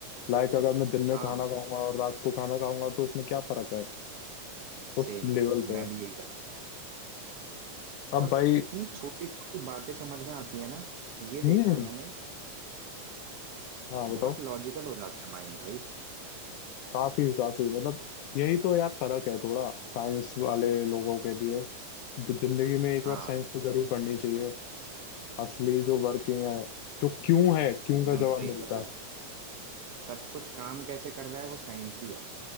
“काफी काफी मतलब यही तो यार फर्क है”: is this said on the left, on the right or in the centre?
Left